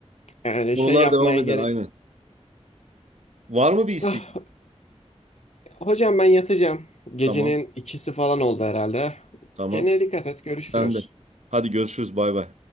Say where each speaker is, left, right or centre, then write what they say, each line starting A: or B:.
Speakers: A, on the left; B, on the right.
A: yani
B: Konular
A: şey yapmaya
B: devam eder
A: gerek.
B: aynen. Var mı bir istek?
A: Ah, hocam ben yatacağım. Gecenin
B: Tamam.
A: ikisi falan oldu herhalde.
B: Tamam.
A: Kendine dikkat et görüşürüz.
B: Sen de. Hadi görüşürüz. Bay bay.